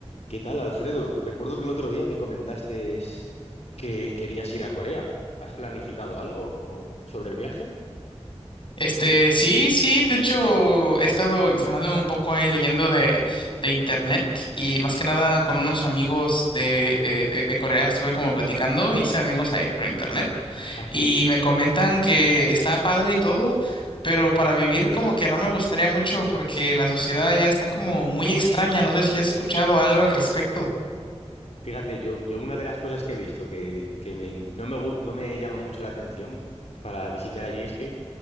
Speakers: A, on the left; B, on the left.
A: ¿Qué tal, Alfredo? Recuerdo que el otro día me comentaste que querías ir a Corea. ¿Has planificado algo o- sobre el viaje?
B: Este, sí, sí, de hecho he estado informándome un poco ahí leyendo de, de internet y más
A: ¿Mm?
B: que nada con unos amigos de, de, de, de Corea estuve como platicando, hice amigos ahí por internet
A: ¿Ah,
B: y
A: sí?
B: me comentan que está padre y todo, pero para vivir como que no me gustaría mucho porque la sociedad ya está como muy extraña, no sé si has escuchado algo al respecto.
A: Fíjate, yo, yo una de las cosas que he visto que, que me- no me, gu- no me llama mucho la atención para visitar allí es que